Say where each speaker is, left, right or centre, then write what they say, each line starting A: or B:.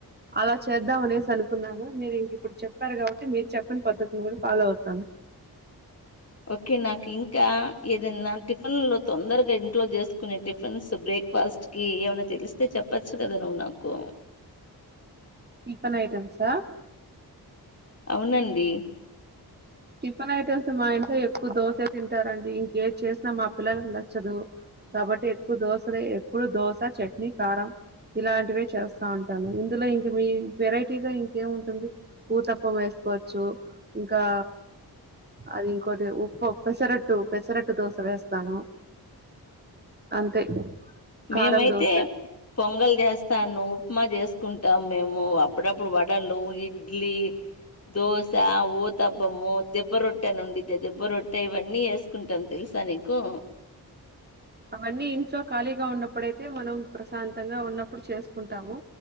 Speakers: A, on the right (about 25°); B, on the left (about 40°).
A: అలా చేద్దామ అనేసి అనుకున్నాను మీరు ఇంక ఇప్పుడు చెప్పారు కాబట్టి మీరు చెప్పిన పద్ధతిని కూడ ఫాలో అవుతాను
B: ఒకే నాకు ఇంకా ఏదన్నా టిఫిన్ లో తొందరగా ఇంట్లో చేసుకునే టిఫిన్స్ బ్రే క్ఫాస్ట్ కి ఏమైన్నా తెలిస్తే చెప్పచ్చు కదా నువ్వు నాకు
A: టిఫన్ ఐటెమ్సా
B: అవునండి
A: టిఫిన్ ఐటెమ్స్ మా ఇంట్లో ఎక్కువ దోస తింటారండి ఇంకే చేసినా మా పిల్లలకి నచ్చదు కాబట్టి ఎక్కువ దోశలే ఎప్పుడు దోశ చట్నీ కారం ఇలాంటివే చేస్త ఉంటాను ఇందులో ఇంక మీ వెరైటీగా ఇంకేముంటుంది ఊతప్పం వేసుకోవచ్చు ఇంకా అది ఇంకోటి <unintelligible> పెసరట్టు పెసరట్టు దోశ వేస్తాను అంతే
B: మేమైతే
A: కారం దోశ
B: పొంగల్ చేస్తాను ఉప్మా చేస్ కుంటాం మేము అప్పుడప్పుడు వడలు ఇడ్లీ దోస ఊతబ్బము దెబ్బ రొట్టె అని ఉండిది దెబ్బ రొట్టె ఇవన్నీ వేసుకుంటాను తెలు <unintelligible> నీకు
A: అవన్నీ ఇంట్లో ఖాళీగ ఉన్నప్పుడయితే మనం ప్రశాంతంగా ఉన్నప్పుడు చేసుకుంటాము